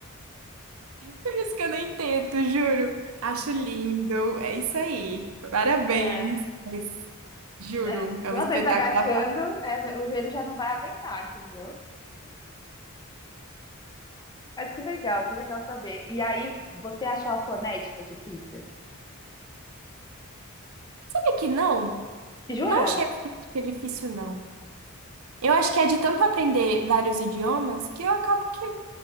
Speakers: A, on the right; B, on the left.
A: Por isso que eu nem tento, juro. Acho lindo. É isso aí. Parabéns.
B: É,
A: Mas, Juro,
B: é, duas
A: é um espetáculo
B: vezes agachando,
A: à parte.
B: é, o joelho já não vai aguentar, entendeu? Mas que legal, que legal saber. E aí, você achou a fonética difícil?
A: Sabe que não?
B: Jura?
A: Não achei a fonética difícil, não. Eu acho que é de tanto aprender vários idiomas que eu acabo que